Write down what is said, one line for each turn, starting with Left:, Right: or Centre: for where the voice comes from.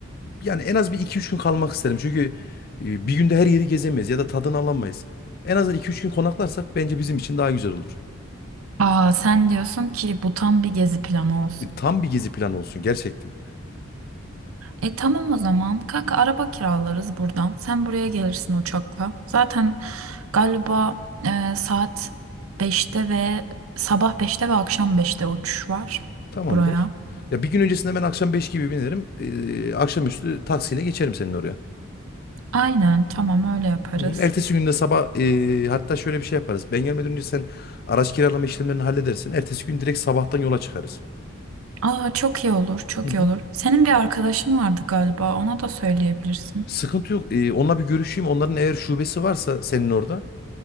Left: yani en az bir iki üç gün kalmak isterim. Çünkü eee, bir günde her yeri gezemeyiz ya da tadını alamayız. En azından iki üç gün konaklarsak bence bizim için daha güzel olur.
Right: Aa, sen diyorsun ki bu tam bir gezi planı olsun.
Left: E, Tam bir gezi planı olsun gerçekten.
Right: E tamam o zaman. Kanka araba kiralarız buradan. Sen buraya gelirsin uçakla. Zaten galiba e, saat beşte ve sabah beşte ve akşam beşte uçuş var
Left: Tamamdır.
Right: buraya.
Left: Ya bir gün öncesinde ben akşam 5 gibi binerim. Ee, akşamüstü taksiyle geçerim senin oraya.
Right: Aynen tamam öyle yaparız.
Left: Hı hı. Ertesi günde sabah ee, hatta şöyle bir şey yaparız. Ben gelmeden önce sen araç kiralama işlemlerini halledersin. Ertesi gün direkt sabahtan yola çıkarız.
Right: Aa çok iyi olur, çok
Left: Hı hı.
Right: iyi olur. Senin bir arkadaşın vardı galiba. Ona da söyleyebilirsin.
Left: Sıkıntı yok. Ee, onunla bir görüşeyim. Onların eğer şubesi varsa senin orada